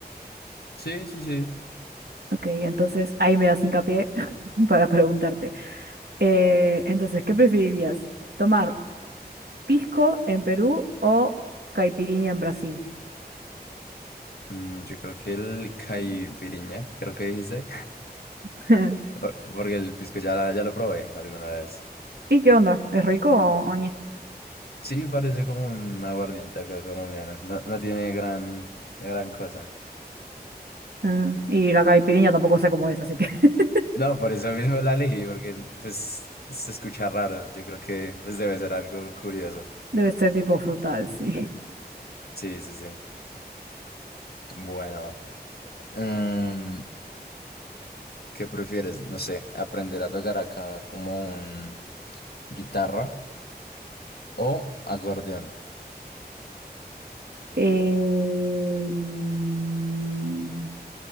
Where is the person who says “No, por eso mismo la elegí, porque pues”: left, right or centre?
Left